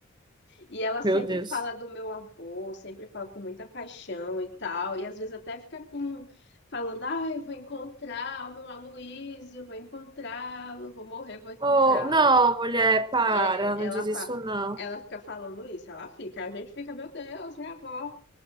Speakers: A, on the left (about 50°); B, on the right (about 20°).
A: E ela sempre
B: Meu Deus.
A: fala do meu avô, sempre fala com muita paixão e tal. E às vezes até fica com, falando: ah, eu vou encontrar o meu Aloysio, vou encontrá-lo, vou morrer, vou encontrá-lo.
B: Oh, não, mulher, para,
A: É,
B: não
A: ela
B: diz
A: fala,
B: isso não.
A: ela fica falando isso, ela fica. A gente fica: meu Deus, minha avó.